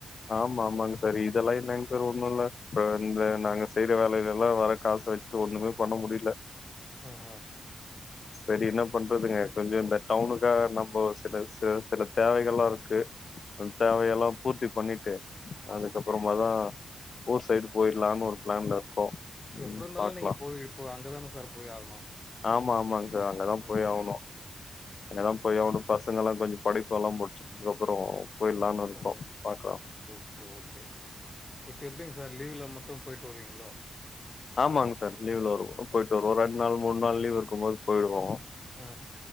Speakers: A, on the left; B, on the left.
A: ஆமா ஆமாங் சார் இதெல்லாம்
B: ம்.
A: என்னாங்க சார் ஒண்ணுல்ல அப்பற இந்த
B: ம்.
A: நாங்க செய்யற வேலையில எல்லாம் வர காசு வச்சுட்டு ஒண்ணுமே பண்ண முடில
B: ஆ ஆ
A: சரி என்ன பண்றதுங்க கொஞ்சம் இந்த டவுனுக்காக நம்ம சில ச சில தேவைகள்ல்லாம் இருக்கு கொஞ்ச தேவையெல்லாம் பூர்த்தி பண்ணிட்டு அதுக்கப்பறமாதான்
B: ஓகே.
A: ஊர் சைடு போயிடலான்னு ஒரு பிளான்ல இருக்கோம் ம்
B: எப்டி இருந்தாலும்
A: பாக்கலாம்.
B: நீங்க போய் இப்போ அங்கதானே சார் போய் ஆகணும்
A: ஆமா ஆமாங்க சார் அங்கதான்
B: அ,
A: போய் ஆவணும் அங்கதான் போய் அவனும் பசங்க எல்லாம் கொஞ்சம் படிப்பு எல்லாம் முடிச்சதுக்கு அப்பறம் போய்லாம்னு இருக்கோம்
B: அ.
A: பாக்கலாம்
B: ஓகே ஓகே இப்போ எப்டிங்க சார் லீவ்ல மட்டும் போய்ட்டு வருவீங்களோ
A: ஆமாங்க சார் லீவ்ல வருவோ போயிட்டு வருவோ ரெண்டு நாள் மூணு நாள் லீவ் இருக்கும்போது போயிருவோ
B: அ